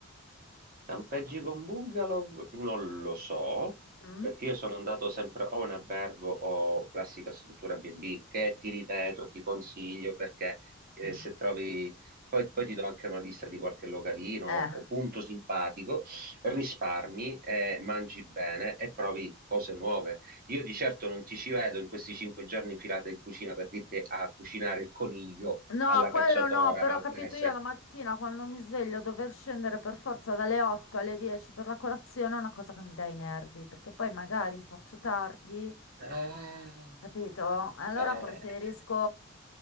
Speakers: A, on the right (about 40°); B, on the left (about 70°).
A: Campeggi con bungalow? Non lo so,
B: Mm?
A: perché io sono andato sempre o in albergo o classica struttura B&B, che ti ripeto, ti consiglio perché eh,
B: Sì.
A: se trovi, poi, poi ti do anche una lista di qualche localino
B: Eh.
A: o punto simpatico, risparmi, eh, mangi bene e provi cose nuove. Io di certo non ti ci vedo in questi cinque giorni infilati in cucina per dirti a cucinare il coniglio
B: No,
A: alla
B: quello
A: cacciatora
B: no, però
A: maltese.
B: ho capito io la mattina quando mi sveglio dover scendere per forza dalle 8 alle 10 per la colazione è una cosa che mi dà i nervi, perché poi magari faccio tardi
A: Eh,
B: Capito? Allora
A: ah,
B: preferisco,
A: eh,